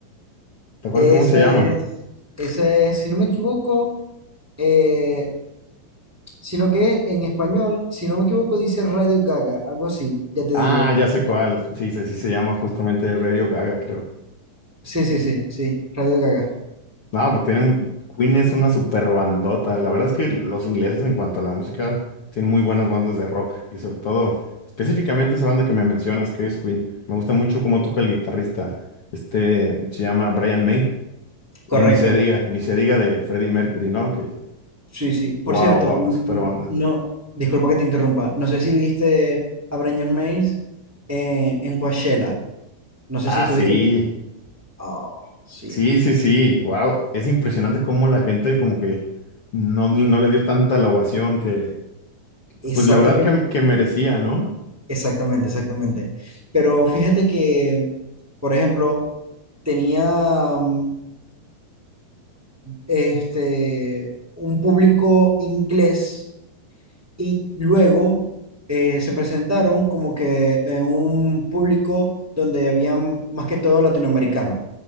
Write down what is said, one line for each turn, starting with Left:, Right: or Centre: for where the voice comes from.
Left: ¿Te acuerdas
Centre: Esa
Left: cómo se llama?
Centre: es, esa es, si no me equivoco, eh, Sino que en español, si no me equivoco, dice Radio Gaga, algo así, ya te
Left: Ah,
Centre: digo.
Left: ya sé cuál, sí, sí, sí se llama justamente Radio Gaga, creo.
Centre: Sí, sí, sí, sí, Radio Gaga.
Left: No, pues tiene mu- Queen es una super bandota. La verdad es que los ingleses en cuanto a la música tienen muy buenas bandas de rock y sobre todo específicamente esa banda que me mencionas que es Queen. Me gusta mucho cómo toca el guitarrista. Este se llama Brian May y
Centre: Correcto.
Left: ni se diga, ni se diga de Freddie Mercury, ¿no? Que
Centre: Sí, sí. Por
Left: wow,
Centre: cierto,
Left: wow,
Centre: n-
Left: super
Centre: n-
Left: banda.
Centre: no, disculpa que te interrumpa. No sé si viste a Brian Mays eh, en Coachella. No sé
Left: Ah,
Centre: si estuviste.
Left: sí.
Centre: Oh, sí.
Left: Sí, sí, sí. Wow, es impresionante cómo la gente como que no, no le dio tanta la ovación que
Centre: Exacto
Left: pues la verdad
Centre: que,
Left: que, que merecía, ¿no?
Centre: exactamente, exactamente. Pero fíjate que, por ejemplo, tenía mm, este un público inglés y luego eh, se presentaron como que en un público donde habían más que todo latinoamericanos.